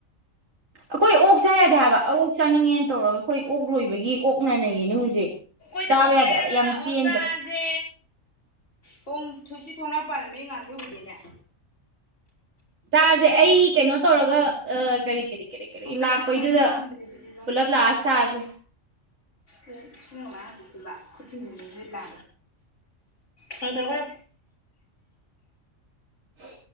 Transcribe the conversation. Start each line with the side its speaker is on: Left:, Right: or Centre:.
Right: ꯑꯩꯈꯣꯏ ꯑꯣꯛ ꯆꯥ ꯌꯥꯗꯦ ꯍꯥꯏꯕ ꯑꯣꯛ ꯆꯥꯅꯤꯡꯉꯦꯅ ꯇꯧꯔꯒ ꯑꯩꯈꯣꯏ ꯑꯣꯛ ꯂꯣꯏꯕꯒꯤ ꯑꯣꯛꯅꯅꯩꯌꯦꯅꯦ ꯍꯧꯖꯤꯛ
Left: ꯑꯩꯈꯣꯏꯗ
Right: ꯆꯥꯕ
Left: ꯑꯣꯛ
Right: ꯌꯥꯗꯦ
Left: ꯂꯩꯔꯒ
Right: ꯍꯥꯏꯕ ꯌꯥꯝ
Left: ꯂꯥꯛꯑꯣ
Right: ꯄꯦꯟꯗ꯭ꯔꯦ
Left: ꯆꯥꯁꯦ ꯊꯣꯡ ꯊꯨꯁꯤ ꯊꯣꯡꯅꯥ ꯄꯥꯜꯂꯝꯃꯦ ꯑꯩ ꯉꯥꯡꯁꯨ ꯎꯗꯦꯅꯦ
Right: ꯆꯥꯁꯦ ꯑꯩ ꯀꯩꯅꯣ ꯇꯧꯔꯒ ꯀꯔꯤ ꯀꯔꯤ ꯀꯔꯤ ꯀꯔꯤ
Left: ꯑꯁꯣꯝꯗ
Right: ꯂꯥꯛꯄꯩꯗꯨꯗ
Left: ꯑꯁꯣꯝꯗ ꯄꯥꯟꯗ꯭ꯔꯦ ꯁꯤꯗꯤ
Right: ꯄꯨꯂꯞ ꯂꯥꯛꯑ ꯁꯥꯁꯦ
Left: ꯎꯝ ꯀꯅꯣ ꯍꯥꯏꯕꯤꯂ ꯂ ꯍ ꯇꯔ
Right: ꯍ